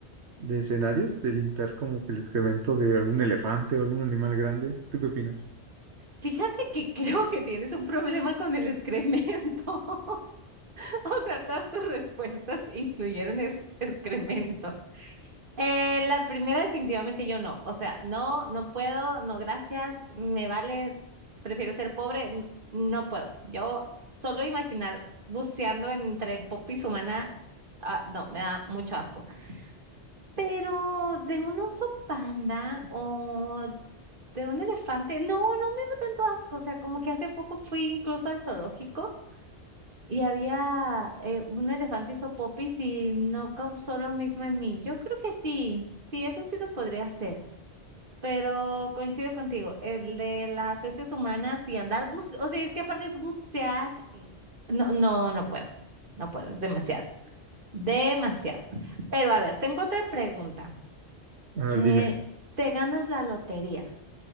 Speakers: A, on the right; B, on the right.
A: de escenarios, de limpiar como que el excremento de algún elefante o algún animal grande. ¿Tú qué opinas?
B: Fíjate que creo que tienes un problema con el excremento. <laughs> O sea, todas tus respuestas incluyeron es- excremento. Eh, la primera definitivamente yo no. O sea, no, no puedo, no gracias, me vale, prefiero ser pobre, n- no puedo. Yo solo imaginar buceando entre popis humana, ah, no, me da mucho asco. Pero de un oso panda o de un elefante, no, no me da tanto asco. O sea, como que hace poco fui incluso al zoológico. Y había eh, un elefante hizo popis y no causó lo mismo en mí. Yo creo que sí, sí, eso sí lo podría hacer. Pero coincido contigo, el de las heces humanas y andar buce, o sea, es que aparte es bucear. eh, no, no, no puedo, no puedo, es demasiado, demasiado. Pero a ver, tengo otra pregunta.
A: A ver,
B: Eh,
A: dime.
B: ¿te ganas la lotería?